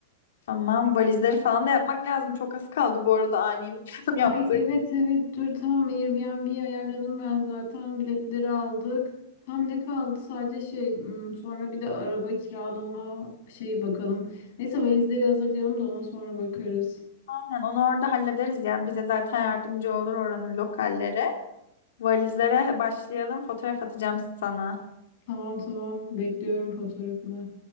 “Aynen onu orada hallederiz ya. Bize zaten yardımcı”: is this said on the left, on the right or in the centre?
Left